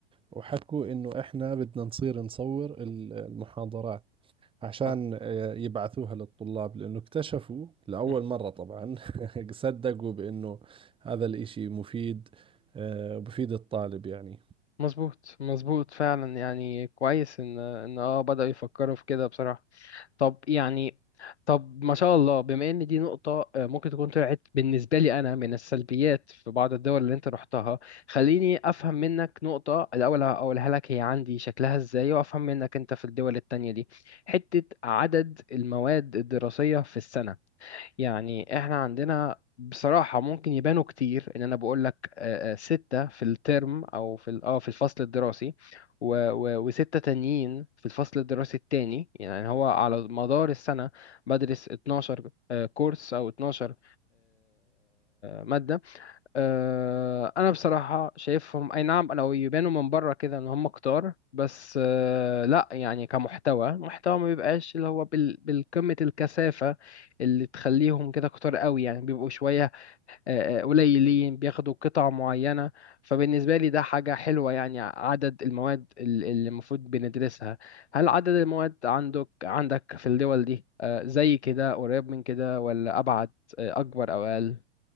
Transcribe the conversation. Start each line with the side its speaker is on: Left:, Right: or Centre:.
Right: وحكوا إنه إحنا بدنا نصير نصور ال- المحاضرات عشان
Left: اه
Right: آه، يبعثوها للطلاب لأنه اكتشفوا لأول
Left: مهم.
Right: مرة طبعا <laughs> صدقوا بأنه هذا الإشي مفيد آه، بفيد الطالب يعني
Left: مظبوط مظبوط فعلا يعني كويس ان ان اه بدأوا يفكروا في كده بصراحة طب يعني طب ما شاء الله بما ان دي نقطة آه، ممكن تكون طلعت بالنسبة لي انا من السلبيات في بعض الدول اللي انت رحتها خليني افهم منك نقطة الاول اقولها لك هي عندي شكلها ازاي وافهم منك انت في الدول التانية دي حتة عدد المواد الدراسية في السنة يعني احنا عندنا بصراحة ممكن يبانوا كتير ان انا بقول لك آه، آه، ستة في الترم او في ال- اه في الفصل الدراسي و- و- وستة تانيين في الفصل الدراسي التاني يعني هو على مدار السنة بدرس 12 آه، كورس او 12 مادة آه، انا بصراحه شايفهم اي نعم انا يبانوا من بره كده ان هم كتار بس آه، لا يعني كمحتوى محتوى ما بيبقاش اللي هو بال- بالقمه الكثافه اللي تخليهم كده كتار قوي يعني بيبقوا شويه آه، آه، قليلين بياخدوا قطع معينه فبالنسبه لي ده حاجه حلوه يعني عدد المواد ال- اللي المفروض بندرسها هل عدد المواد عندك عندك في الدول دي آه، زي كده قريب من كده ولا ابعد آه، اكبر او اقل